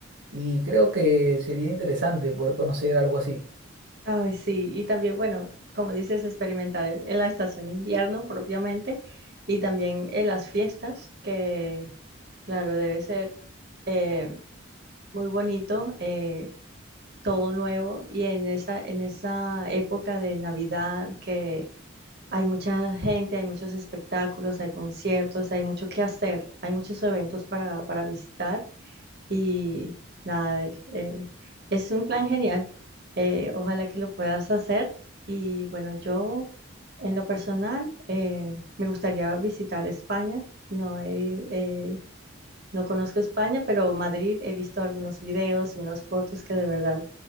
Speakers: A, on the right; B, on the right.
A: Y creo que sería interesante poder conocer algo así.
B: Ay, sí, y también, bueno, como dices, experimentar en en la estación invierno propiamente y también en las fiestas, que claro, debe ser eh, muy bonito, eh, todo nuevo y en esa, en esa época de Navidad que hay mucha gente, hay muchos espectáculos, hay conciertos, hay mucho que hacer, hay muchos eventos para, para visitar y nada, es, eh, es un plan genial. Eh, ojalá que lo puedas hacer. Y bueno, yo en lo personal eh, me gustaría visitar España. No he, eh, no conozco España, pero Madrid he visto algunos videos y unas fotos que de verdad